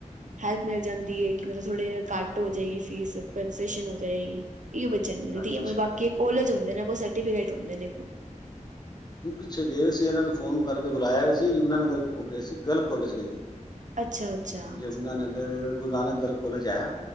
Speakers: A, on the right; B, on the left.
A: ਹੈਲਪ ਮਿਲ ਜਾਂਦੀ ਹੈ। ਕਿ ਮਤਲਬ ਥੋੜੇ ਘੱਟ ਹੋ ਜਾਏਗੀ ਫੀਸ ਕੰਸੇਸ਼ਨ ਹੋ ਜਾਏਗੀ ਇਹੋ ਬੱਚਿਆਂ ਨੂੰ ਮਿਲਦੀ
B: ਅੱਛਾ
A: ਹੈ ਮਤਲਬ ਬਾਕੀ ਕੋਲੇਜ ਹੁੰਦੇ ਨੇ, ਦੇਖੋ ਸਰਟੀਫਿਕੇਟ ਹੁੰਦੇ ਨੇ ਦੇਖੋ
B: ਨਹੀਂ ਪਿੱਛੇ ਗਏ ਵੀ ਸੀ ਇਹਨਾਂ ਨੂੰ ਫੋਨ ਕਰਕੇ ਬੁਲਾਇਆ ਵੀ ਸੀ ਯਮੁਨਾਨਗਰ ਉਹ ਗਏ ਸੀ ਗਰਲ ਕੋਲਜ ਗਏ ਸੀ
A: ਅੱਛਾ ਅੱਛਾ
B: ਯਮੁਨਾਾਨਗਰ ਗੁਰੂ ਨਾਨਕ ਗਰਗ ਕੋਲੇਜ ਐ